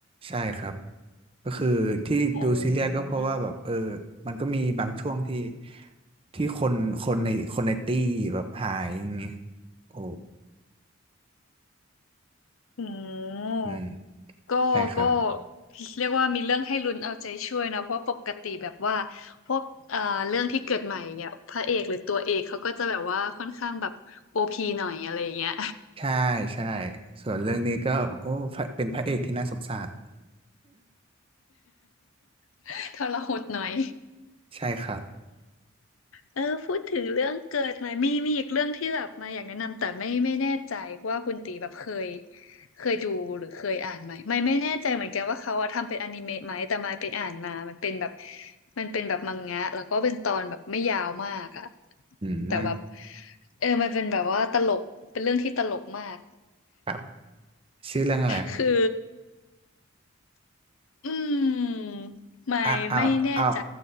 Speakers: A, on the right; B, on the left.
A: ใช่ครับก็คือที่ดูซีเรียสก็เพราะว่าแบบเออ
B: อ๋อ
A: มันก็มีบางช่วงที่ที่คนคนในคนในตี้แบบหายอย่างเงี้ยโอ้
B: อืม
A: อืม
B: ก็ก็
A: ใช่ครับ
B: เรียกว่ามีเรื่องให้ลุ้นเอาใจช่วยนะเพราะปกติแบบว่าพวกเอ่อเรื่องที่เกิดใหม่เนี่ยพระเอกหรือตัวเอกเขาก็จะแบบว่าค่อนข้างแบบโอพีหน่อยอะไรอย่างเงี้ย
A: ใช่ใช่ส่วนเรื่องนี้ก็โอ้พระเป็นพระเอกที่น่าสงสาร
B: <laughs> ทรหดหน่อย
A: ใช่ครับ
B: เออพูดถึงเรื่องเกิดมามีมีอีกเรื่องที่แบบมาอยากแนะนำแต่ไม่ไม่แน่ใจว่าคุณตีแบบเคยเคยดูหรือเคยอ่านไหมไม่ไม่แน่ใจเหมือนกันว่าเขาอะทำเป็นอนิเมะไหมแต่มาไปอ่านมามันเป็นแบบมันเป็นแบบมังงะแล้วก็เป็นตอนแบบไม่ยาวมากอะ
A: อืม
B: แต่แบบเออมันเป็นแบบว่าตลกเป็นเรื่องที่ตลกมาก
A: ครับชื่อเรื่องอะไร
B: คืออืมไม่ไม่แน่ใจ
A: อ่ะเอาเอา